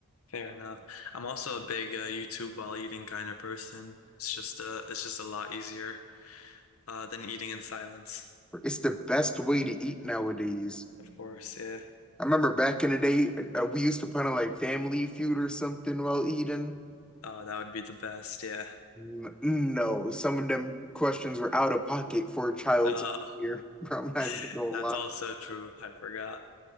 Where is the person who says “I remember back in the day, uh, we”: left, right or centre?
Centre